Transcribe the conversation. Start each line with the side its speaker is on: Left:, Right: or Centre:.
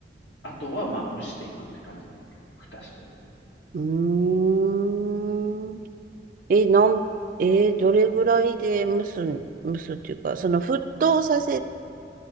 Left: あとはまあ蒸していくって感じなんだけど、蓋して。
Right: うーん。え、なん、えーどれぐらいで蒸すん、蒸すっていうか、その沸騰させて、